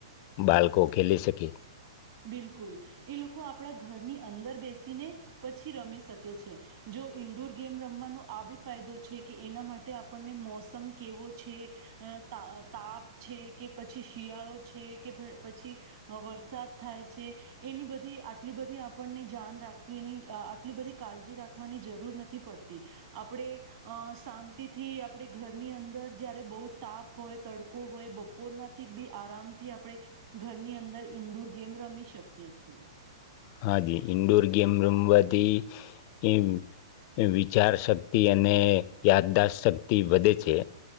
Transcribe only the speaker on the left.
બાળકો ખેલી શકે
હાજી ઈન્ડોર ગેમ રમવાથી વિચાર શક્તિ અને યાદદાસ શક્તિ વધે છે